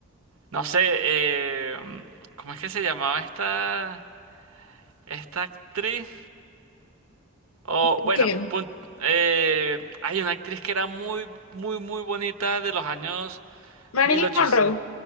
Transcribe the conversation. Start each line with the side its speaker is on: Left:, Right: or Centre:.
Right: no sé, eh, ¿cómo es que se llamaba esta, esta actriz? O
Left: Ok.
Right: bueno, pun- eh, hay una actriz que era muy, muy, muy bonita de los años
Left: Marilyn
Right: mil ochocientos
Left: Monroe.